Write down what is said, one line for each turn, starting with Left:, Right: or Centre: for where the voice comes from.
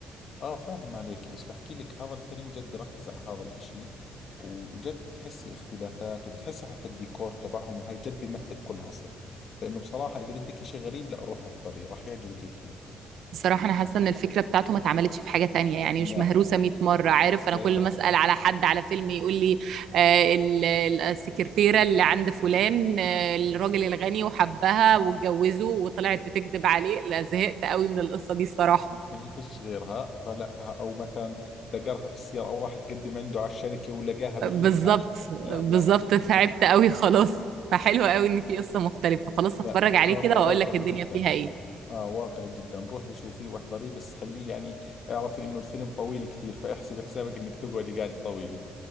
Left: اه فاهم عليك بس بحكي لك هذا الفيلم جد بركز على هذا الاشي وجد بتحسي اختلافات وبتحسي حتى الديكور تبعهم وهاي جد بيمثل كل عصر فانه بصراحة اذا بدك اشي غريب لا روحي احضريه راح يعجبك كثير
Right: بصراحة أنا حاسة إن الفكرة بتاعته ما اتعملتش في حاجة تانية يعني
Left: لا
Right: مش مهروسة 100 مرة عارف
Left: لا
Right: أنا كل
Left: لا لا
Right: ما أسأل على حد على فيلم يقول لي آه، ال- ال- السكرتيرة اللي عند فلان آه، الراجل الغني وحبها واتجوزه وطلعت بتكذب عليه لا زهقت قوي من القصة دي الصراحة
Left: ما هي فيش غيرها فلا ها- او مثلا دقرها في السيارة او راح تقدم عنده على الشركة ولقاها بحبها
Right: بالظبط
Left: لا
Right: بالظبط
Left: لا
Right: تعبت قوي خلاص فحلو قوي ان في قصة مختلفة خلاص
Left: لا
Right: هتفرج عليه
Left: هذا
Right: كده
Left: واقعي
Right: واقول لك الدنيا
Left: جدا
Right: فيها ايه
Left: اه واقعي جدا روحي شوفيه واحضريه بس خليه يعني اعرفي انه الفيلم طويل كثير فاحسبي حسابك انك تقعدي قاعدة طويلة